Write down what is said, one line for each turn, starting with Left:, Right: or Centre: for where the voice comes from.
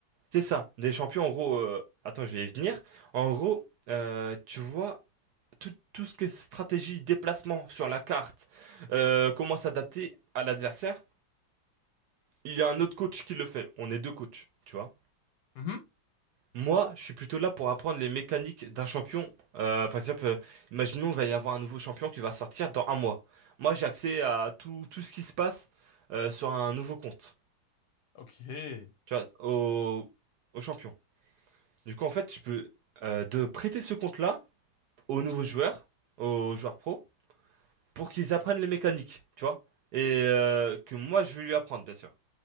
Right: c'est ça. Des champions, en gros, euh, attends, je vais y venir. En gros, euh, tu vois, tout, tout ce qui est stratégie, déplacement sur la carte, euh, comment s'adapter à l'adversaire. il y a un autre coach qui le fait. On est deux coachs, tu vois.
Left: Mhm.
Right: Moi, je suis plutôt là pour apprendre les mécaniques d'un champion. Euh, par exemple, euh, imaginons qu'il va y avoir un nouveau champion qui va sortir dans un mois. Moi, j'ai accès à tout, tout ce qui se passe euh, sur un nouveau compte,
Left: Ok. Et
Right: tu vois, au, au champion. Du coup, en fait, je peux euh, de prêter ce compte-là aux nouveaux joueurs, aux joueurs pro, pour qu'ils apprennent les mécaniques, tu vois. Et euh, que moi, je vais lui apprendre, bien sûr.